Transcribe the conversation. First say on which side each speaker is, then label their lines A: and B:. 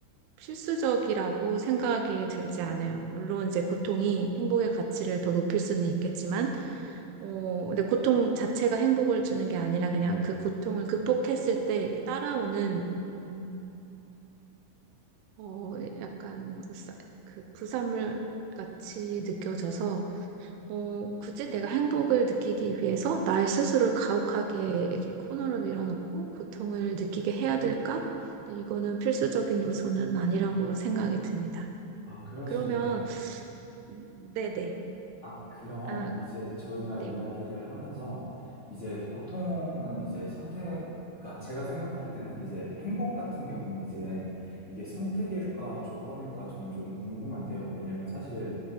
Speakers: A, on the right (about 80°); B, on the left (about 85°).
A: 필수적이라고 생각이 들지 않아요. 물론 이제 고통이 행복의 가치를 더 높일 수는 있겠지만, 어, 근데 고통 자체가 행복을 주는 게 아니라 그냥 그 고통을 극복했을 때 이렇게 따라오는, 음, 어, 약간 그 사- 그 부산물 같이 느껴져서, 어, 굳이 내가 행복을 느끼기 위해서 나의 스스로를 가혹하게 이렇게 코너로 밀어넣고 고통을 느끼게 해야 될까? 근데 이거는 필수적인 요소는 아니라고 생각이 듭니다.
B: 아, 그러시군요.
A: 그러면 네네.
B: 아, 그럼
A: 아,
B: 이제 저희가
A: 네.
B: 이야기를 하면서 이제 고통은 이제 선택, 그러니까 제가 생각할 때는 이제 행복 같은 경우 이제 이게 선택일까 조건일까 저는 조금 궁금한데요. 왜냐면 사실